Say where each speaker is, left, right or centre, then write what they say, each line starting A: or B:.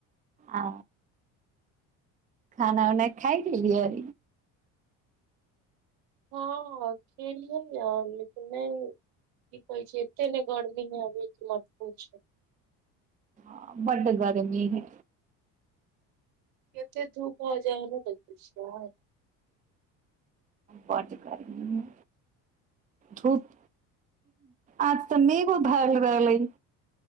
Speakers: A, on the right (about 20°); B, on the right (about 75°).
A: आ खाना उना खााय लेलियै
B: हँ खेलि ह आ लेकिन नहि कि कहै छी एते नहि गर्मी भऽ गेल छले कि पुछू नै
A: हँ बड्ड गर्मी हइ
B: कतेक धूप हो जाइ ने देखै छिय
A: बड्ड गर्मी हइ धूप आज तऽ मेघो धरल रहलै